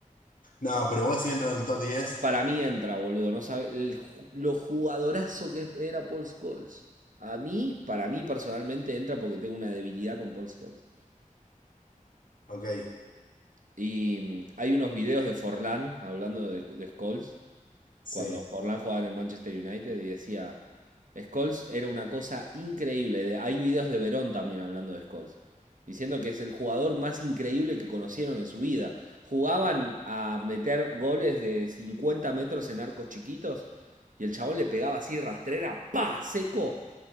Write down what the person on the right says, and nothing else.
Para mí entra, boludo. No sabe el ju- lo jugadorazo que era Paul Scholes. A mí, para mí personalmente entra porque tengo una debilidad con Paul Scholes.
Y mm, hay unos videos de Forlán hablando de, de Scholes
cuando Forlán jugaba en el Manchester United y decía, Scholes era una cosa increíble. De- hay videos de Verón también hablando de Scholes, diciendo que es el jugador más increíble que conocieron en su vida. Jugaban a meter goles de 50 metros en arcos chiquitos y el chabón le pegaba así rastrera, pa, seco,